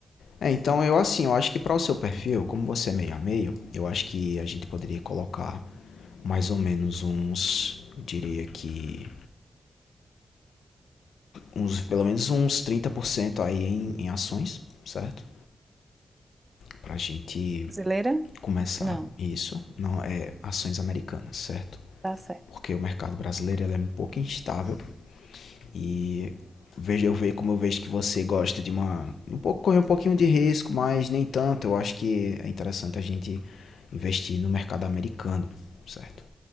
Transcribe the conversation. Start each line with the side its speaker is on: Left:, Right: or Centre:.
Left: É, então eu assim, eu acho que para o seu perfil, como você é meio a meio, eu acho que a gente poderia colocar mais ou menos uns, eu diria que uns, pelo menos uns 30% aí em, em ações, certo? Pra gente
Right: Brasileira?
Left: começar
Right: Não,
Left: isso, não é ações americanas, certo?
Right: tá certo.
Left: Porque o mercado brasileiro ele é um pouco instável E vejo eu vejo como eu vejo que você gosta de uma um pouco correr um pouquinho de risco, mas nem tanto. Eu acho que é interessante a gente investir no mercado americano, certo?